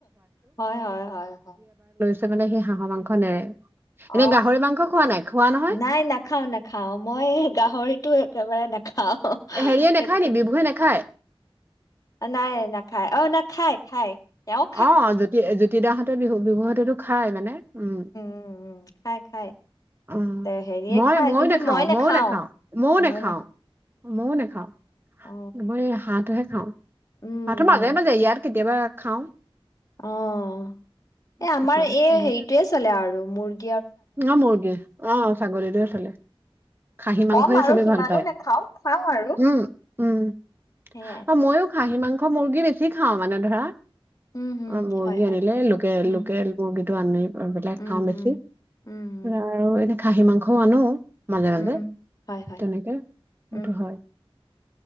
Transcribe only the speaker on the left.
হয়, হয়, হয়, হয়।
অ
নাই নাখাও নাখাও মই গাহৰিতো একেবাৰে নাখাও
সেইটো
নাই না খায়, অ', না, খায় খায়। তেওঁ
উম উম খাই খাই
তে হেৰিয়ে
খাই
কিন্তু
মই নাখাওঁ
ময়ো
নাখাওঁ
অ
উম
উম
অ এই আমাৰ
এই
হেৰিটয়ে চলে আৰু মোৰ
কম আৰু
সিমানো
নাখাওঁ খাওঁ আৰু
সেয়াই
উম হম
হয় হয়
উম
উম
উম উম উম
উম হয় হয়
উম